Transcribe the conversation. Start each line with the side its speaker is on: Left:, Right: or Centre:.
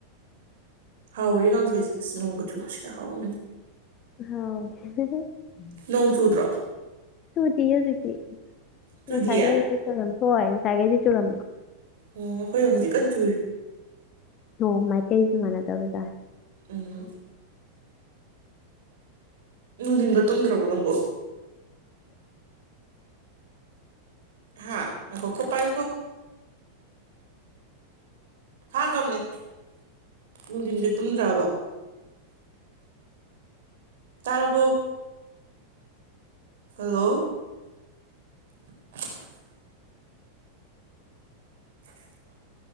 Right: ꯍꯥꯎꯔꯤ ꯀꯥꯡꯁꯣꯏꯁꯦ ꯏꯁ꯭ꯅꯣꯒ ꯆꯨꯕꯁꯤꯗ ꯍꯥꯎꯔꯝꯒꯅꯤ
Left: ꯍꯥꯎ
Right: ꯅꯣꯡ ꯆꯨꯗ꯭ꯔꯣ
Left: ꯗꯤꯤ ꯑꯗꯨꯗꯤꯦ ꯁꯦ
Right: ꯆꯨꯗꯤꯌꯦ
Left: ꯃꯤ ꯇ ꯅ ꯍꯣꯏ ꯉꯁꯥꯏꯈꯩꯗꯤ ꯆꯨꯔꯝꯃꯦ
Right: ꯎꯝ ꯑꯣꯈꯣꯏ ꯍꯧꯖꯤ ꯀ ꯆꯨꯜ
Left: ꯍ ꯃꯥꯏ ꯀꯩꯁꯨ ꯃꯅ ꯇꯕꯖꯥ
Right: ꯎꯝ ꯅꯨꯡꯊꯤꯟꯒ ꯇꯨꯝꯗ꯭ꯔꯕꯣ ꯅꯪꯕꯣ ꯍꯥꯥ ꯍꯣꯀꯣ ꯄꯥꯏꯌꯨ ꯀꯣ ꯊꯥꯈ꯭ꯔꯕꯅꯦ ꯅꯨꯡꯊꯤꯟꯗꯤ ꯇꯨꯝꯗ꯭ꯔꯕ ꯇꯔꯕꯨ ꯍꯜꯂꯣ <unintelligible> <unintelligible>